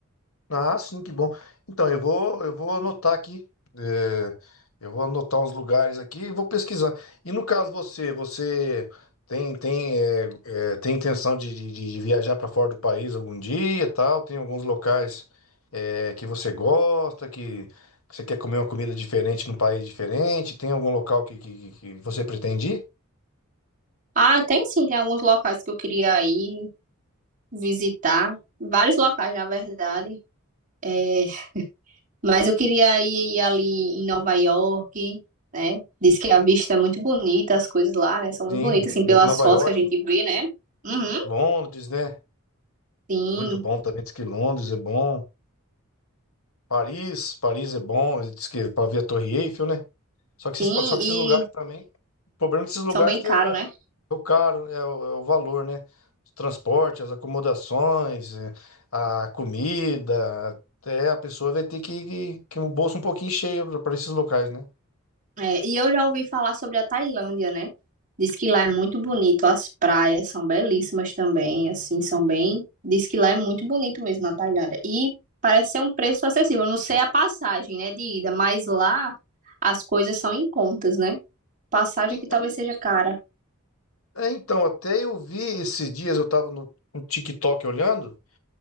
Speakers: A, on the left; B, on the right.
A: Ah, sim, que bom. Então, eu vou, eu vou anotar aqui. é, eu vou anotar uns lugares aqui e vou pesquisar. E no caso você, você tem tem é, é, tem intenção de, de- de viajar para fora do país algum dia, e tal? Tem alguns locais é, que você gosta, que, que você quer comer uma comida diferente num país diferente? Tem algum local que, que, que você pretende ir?
B: Ah, tem sim, tem alguns locais que eu queria ir visitar, vários locais, na verdade. É, Mas eu queria ir ali em Nova York, né? Diz que a vista é muito bonita, as coisas lá, né? São muito
A: Sim,
B: bonitas, assim, pelas
A: Nova
B: fotos
A: York,
B: que a gente vê, né? Uhum,
A: Londres, né?
B: sim,
A: Muito bom também. Diz que Londres é bom. Paris, Paris é bom, diz que para ver a Torre Eiffel, né? Só que
B: sim,
A: esses, só que
B: e
A: esses lugares também, o problema desses lugares
B: são bem
A: é que
B: caros,
A: é, é
B: né?
A: é o caro, né? é o, é o valor, né? Os transportes, as acomodações, é, a comida, até a pessoa vai ter que, que, que o bolso um pouquinho cheio para esses locais, né?
B: É, e eu já ouvi falar sobre a Tailândia, né? Diz que lá é muito bonito, as praias são belíssimas também, assim, são bem. Diz que lá é muito bonito mesmo na Tailândia. E parece ser um preço acessível. Eu não sei a passagem, né, de ida, mas lá as coisas são em contas, né? Passagem
A: E-
B: que talvez seja cara.
A: é, então, até eu vi esses dias, eu tava no, no TikTok olhando,